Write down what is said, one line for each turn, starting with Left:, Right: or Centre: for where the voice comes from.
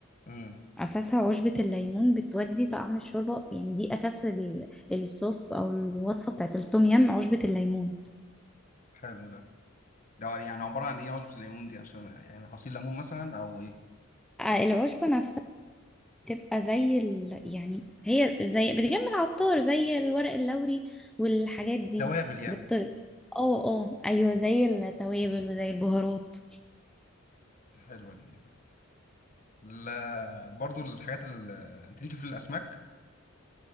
Left: امم
Centre: أساسها عشبة الليمون بتودي طعم الشوربة يعني دي أساس ال- الصوص أو الوصفة بتاعت التوم يام عشبة الليمون
Left: حلو ده ده يعني عبارة عن ايه عصرة الليمون دي عشان يعني عصير ليمون مثلا او ايه
Centre: آه، العشبة نفسها بتبقى زي ال... يعني هي زي بتجمع العطار زي الورق اللوري والحاجات دي
Left: توابل يعني
Centre: بت... اه اه ايوه زي التوابل وزي البهارات
Left: حلوه دي لا برضو الحاجات ال... انت ليكي في الاسماك